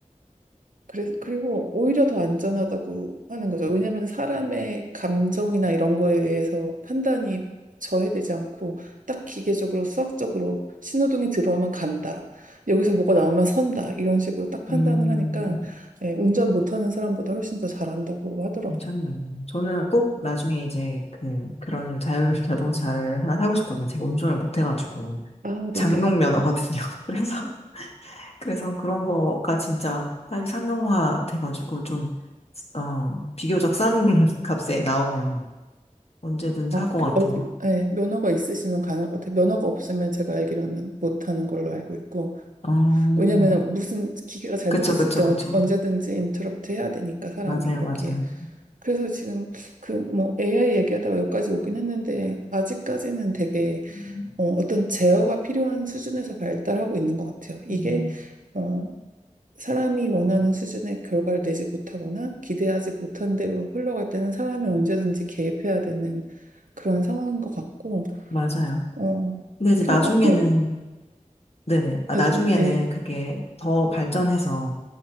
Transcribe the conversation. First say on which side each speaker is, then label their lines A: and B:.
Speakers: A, on the right; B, on the left.
A: 그래서 그리고 오히려 더 안전하다고 하는 거죠. 왜냐하면 사람의 감정이나 이런 거에 의해서 판단이 저해되지 않고 딱 기계적으로 수학적으로 신호등이 들어오면 간다. 여기서 뭐가 나오면 선다. 이런 식으로 딱 판단을
B: 음,
A: 하니까 예, 운전 못하는 사람보다 훨씬 더 잘한다고 하더라고요.
B: 괜찮네요. 저는 꼭 나중에 이제 그, 그런 자율 <laughs> 자동차를 하나 사고 싶거든요. 제가 운전을 못 해가지고.
A: 아,
B: 장롱면허거든요.
A: 네네.
B: <laughs> 그래서, 그래서 그런 거가 진짜 딸이 상용화 돼가지고 좀, 어, 비교적 싼 <laughs> 값에 나오면 언제든 살
A: 아,
B: 것
A: 그,
B: 같아요.
A: 어, 예, 면허가 있으시면 가능할 것 같아요. 면허가 없으면 제가 알기로는 못하는 걸로 알고 있고.
B: 음,
A: 왜냐면 무슨 기계가 잘못됐을
B: 그쵸, 그쵸,
A: 때
B: 그쵸.
A: 언- 언제든지 인터럽트 해야 되니까 사람이
B: 맞아요,
A: 거기에.
B: 맞아요.
A: 그래서 지금 그 뭐 AI 얘기하다가 여기까지 오긴 했는데 아직까지는 되게
B: 음,
A: 어, 떤 제어가 필요한 수준에서 발달하고 있는 것 같아요. 이게
B: 음,
A: 어, 사람이 원하는 수준의 결과를 내지 못하거나 기대하지 못한 대로 흘러갈 때는 사람이 언제든지 개입해야 되는 그런 상황인 것 같고
B: 맞아요.
A: 어,
B: 근데 이제
A: 그냥
B: 나중에는
A: 앞으로
B: 네네. 아,
A: 아주
B: 나중에는
A: 예.
B: 그게 더 발전해서